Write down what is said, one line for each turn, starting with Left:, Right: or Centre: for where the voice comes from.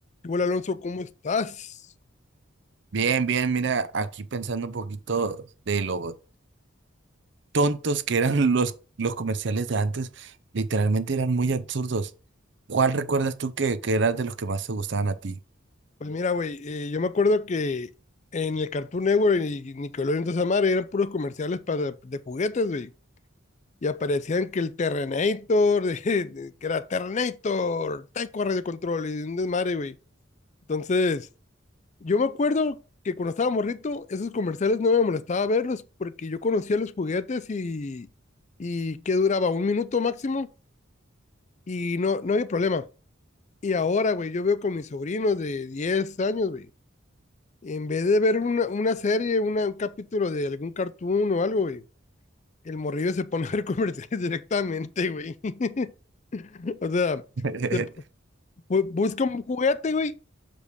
Left: Hola Alonso, ¿cómo estás?
Right: Bien, bien, mira, aquí pensando un poquito de lo tontos que eran <laughs> los, los comerciales de antes, literalmente eran muy absurdos. ¿Cuál recuerdas tú que, que eras de los que más te gustaban a ti?
Left: Pues mira, güey, eh, yo me acuerdo que en el Cartoon Network y Nickelodeon toda esa madre eran puros comerciales para, de juguetes, güey. Y aparecían que el Terrenator, <laughs> de- de- que era Terrenator, Taiko Radio Control y un desmadre, güey. Entonces, yo me acuerdo que cuando estaba morrito, esos comerciales no me molestaba verlos porque yo conocía los juguetes y, y que duraba un minuto máximo y no, no había problema. Y ahora, güey, yo veo con mis sobrinos de 10 años, güey. En vez de ver una, una serie, una- un capítulo de algún cartoon o algo, güey, el morrillo se pone a ver comerciales <laughs> directamente, güey. <laughs> O sea,
Right: <laughs>
Left: se p- bu- busca un juguete, güey,